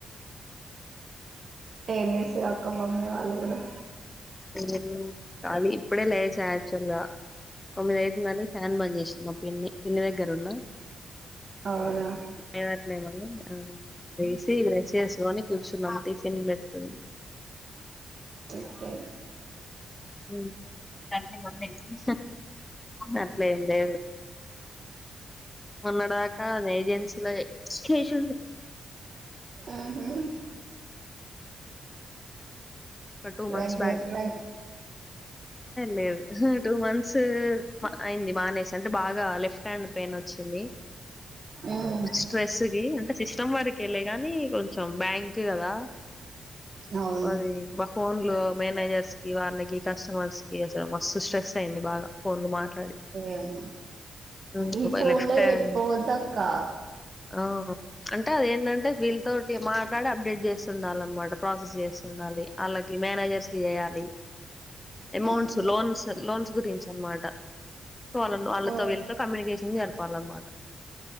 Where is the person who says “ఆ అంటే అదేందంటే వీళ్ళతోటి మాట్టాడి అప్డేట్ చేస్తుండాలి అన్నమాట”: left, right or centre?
Left